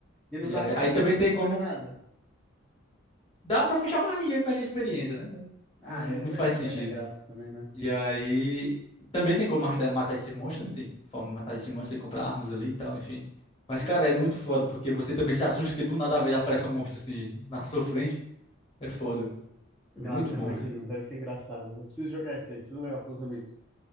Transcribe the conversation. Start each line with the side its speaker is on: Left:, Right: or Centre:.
Centre: E não
Left: E
Centre: dá
Left: aí,
Centre: pra
Left: aí
Centre: fechar
Left: também
Centre: o microfone
Left: tem como.
Centre: nada.
Left: Dá pra fechar a barriga e perder a experiência, né?
Centre: Ah,
Left: Não,
Centre: é
Left: não
Centre: verdade,
Left: faz sentido.
Centre: perde a graça também, né?
Left: E aí, também tem como matar, matar esses monstros, né? Tem forma de matar esses monstros, e comprar armas ali e tal, enfim. Mas,
Centre: Mas
Left: cara,
Centre: que da
Left: é muito
Centre: hora.
Left: foda, porque você também se assusta que do nada às vezes aparece um monstro assim na sua frente. É foda, velho.
Centre: Nossa,
Left: É muito bom
Centre: imagina,
Left: o jogo.
Centre: deve ser engraçado. Eu preciso jogar esse aí, preciso levar para os amigos.